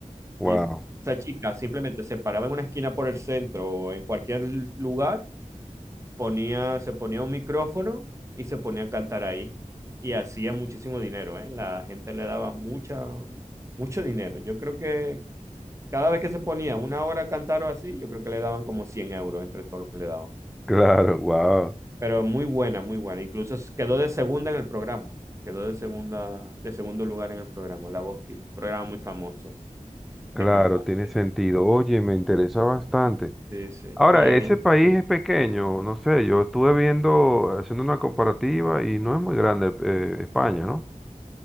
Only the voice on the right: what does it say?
Y es-
esa chica simplemente se paraba en una esquina por el centro o en cualquier lugar, ponía, se ponía un micrófono y se ponía a cantar ahí. Y hacía muchísimo dinero, ¿eh? La gente le daba mucha, mucho dinero. Yo creo que cada vez que se ponía una hora a cantar o así, yo creo que le daban como 100 euros entre todo lo que le daban.
Pero muy buena, muy buena. Incluso s- quedó de segunda en el programa. Quedó de segunda, de segundo lugar en el programa, La Voz Kids. Programa muy famoso
de cantante.
Sí, sí.
Y ahí,
sí.